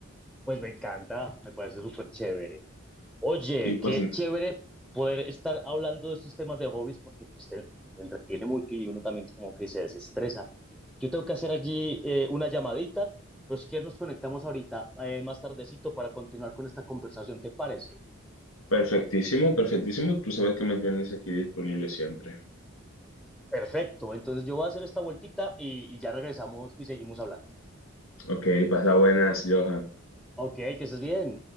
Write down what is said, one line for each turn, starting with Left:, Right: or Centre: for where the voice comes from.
Centre: Pues me encanta, me parece súper chévere. Oye,
Left: Y pues
Centre: qué chévere poder estar hablando de estos temas de hobbies porque pues, te, te entretiene mucho y uno también como que se desestresa. Yo tengo que hacer allí eh, una llamadita, pero si quieres nos conectamos ahorita eh, más tardecito para continuar con esta conversación, ¿te parece?
Left: perfectísimo, perfectísimo. Tú sabes que me tienes aquí disponible siempre.
Centre: Perfecto, entonces yo voy a hacer esta vueltita y, y ya regresamos y seguimos hablando.
Left: Ok, pasa buenas, Johan.
Centre: Ok, que estés bien.